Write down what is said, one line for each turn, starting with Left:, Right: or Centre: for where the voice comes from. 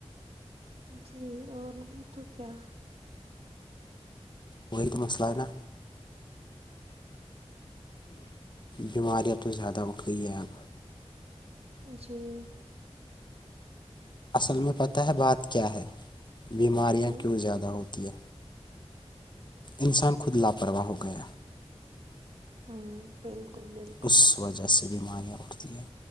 Right: جی اور نہیں تو کیا
Left: وہی تو مسئلہ ہے نا بیمارییاں تو زیادہ وقئی ہےپ
Right: جی
Left: اصل میں پتہ ہے بات کیا ہے بیماریاں
Right: ہاں
Left: کیوں زیادہ ہوتی ہے انسان خود لاپرواہ ہو گیا
Right: ہاں بالکل بالکل
Left: اس وجہ سے بیماریاں اٹھتی ہیں